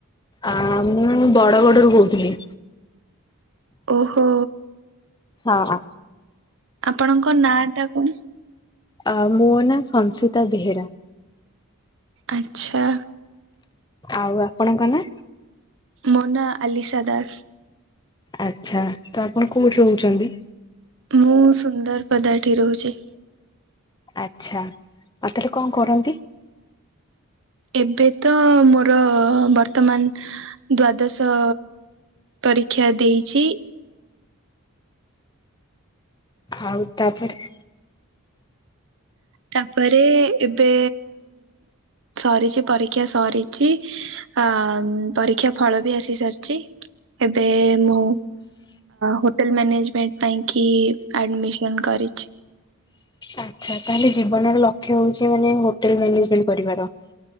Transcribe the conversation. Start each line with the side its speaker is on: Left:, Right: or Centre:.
Left: ଆ ମୁଁ ବଡଗଡରୁ କହୁଥିଲି।
Right: ଓହୋ।
Left: ହଁ।
Right: ଆପଣଙ୍କ ନାଁ ଟା କଣ?
Left: ଆ ମୋ ନାଁ ସଂସିତା ବେହେରା।
Right: ଆଚ୍ଛା।
Left: ଆଉ ଆପଣଙ୍କ ନା?
Right: ମୋ ନା ଆଲିସା ଦାସ।
Left: ଆଛା। ତ ଆପଣ କୋଉଠି ରହୁଚନ୍ତି?
Right: ମୁଁ ସୁନ୍ଦରପଦା ଠି ରହୁଚି।
Left: ଆଛା ଆଉ ତାହେଲେ କଣ କରନ୍ତି?
Right: ଏବେ ତ ମୋର ବର୍ତ୍ତମାନ ଦ୍ଵାଦଶ ପରୀକ୍ଷା ଦେଇଛି।
Left: ଆଉ ତାପରେ
Right: ତାପରେ ଏବେ ସରିଚି ପରୀକ୍ଷା ସରିଚି। ଅ ପରୀକ୍ଷା ଫଳ ବି ଆସି ସାରିଚି। ଏବେ ମୁଁ ହୋଟେଲ ମ୍ୟାନେଜମେଣ୍ଟ ପାଇଁ କି ଆଡମିସନ କରିଚି।
Left: ଆଚ୍ଛା, ତାହଲେ ଜୀବନର ଲକ୍ଷ୍ୟ ହଉଛି ମାନେ ହୋଟେଲ ମାନେଜମେଣ୍ଟ କରିବାର।